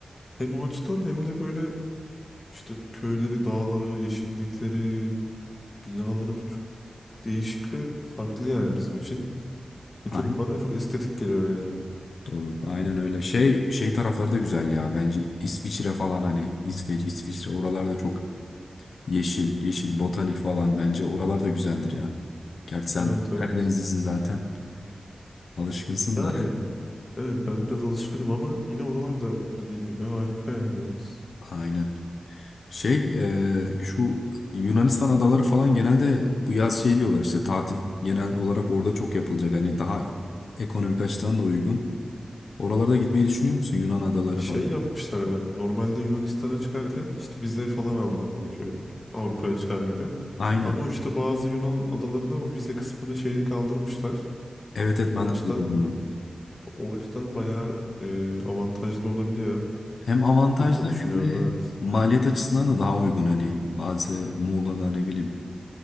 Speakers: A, on the left (about 30°); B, on the left (about 80°).
A: Hem o açıdan hem de böyle işte köyleri, dağları, yeşillikleri, binaları çok değişik ve farklı yani bizim için. Ve
B: Aynen
A: çok bana çok estetik geliyor yani.
B: doğru. Aynen öyle. Şey şey tarafları da güzel ya bence İsviçre falan hani İsveç, İsviçre oralarda çok yeşil, yeşil botanik falan bence oralar da güzeldir ya. Gerçi sen
A: Evet evet.
B: Karadenizlisin zaten. Alışkınsın
A: Yani
B: da.
A: Evet ben biraz alışkınım ama yine oralarda dediğin gibi harika yani evet.
B: <laughs> Aynen. Şey e, şu Yunanistan adaları falan genelde bu yaz şey diyorlar işte tatil genel olarak orada çok yapılacak. Hani daha ekonomik açıdan da uygun. Oralarda gitmeyi düşünüyor musun Yunan adaları
A: Şey
B: falan?
A: yapmışlar herhalde. Normalde Yunanistan'a çıkarken işte vize falan alman gerekiyor. Avrupa'ya çıkar gibi.
B: Aynen.
A: Ama işte bazı Yunan adalarına o vize kısmını şeyini kaldırmışlar.
B: Evet evet
A: O
B: ben
A: açıdan
B: de duydum bunu.
A: o açıdan bayağı e, avantajlı olabiliyor.
B: Hem avantajlı
A: Onu da düşünüyorum
B: hem de
A: evet.
B: maliyet açısından da daha uygun hani bazı Muğla'da ne bileyim